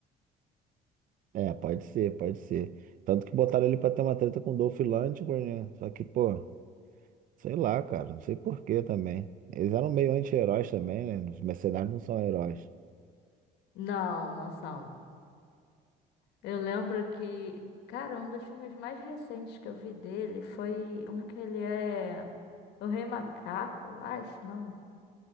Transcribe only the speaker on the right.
É, pode ser, pode ser. Tanto que botaram ele pra ter uma treta com o Dolph Lundgren, né? Só que, pô, sei lá, cara, não sei por quê também. Eles eram meio anti-heróis também, né? Os mercenários não são heróis.